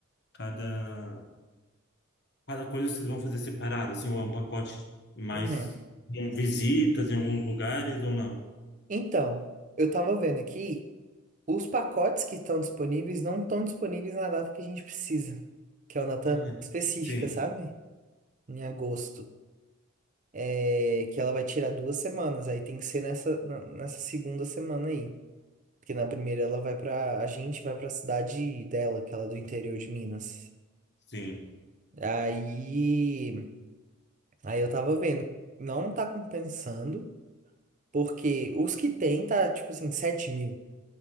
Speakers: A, on the left; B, on the right.
A: cada Cada coisa vocês vão fazer separado, assim, ou é um pacote mais
B: Uhum.
A: com visitas em alguns lugares ou não?
B: Então, eu tava vendo aqui, os pacotes que estão disponíveis não estão disponíveis na data que a gente precisa, que é uma data
A: Ah,
B: específica,
A: sim,
B: sabe? em agosto, é, que ela vai tirar duas semanas, aí tem que ser nessa, na- nessa segunda semana aí. Porque na primeira ela vai pra. A gente vai pra cidade dela, que ela é do interior de Minas.
A: sim,
B: Aí. Aí eu tava vendo, não tá compensando, porque os que tem tá tipo assim, 7 mil.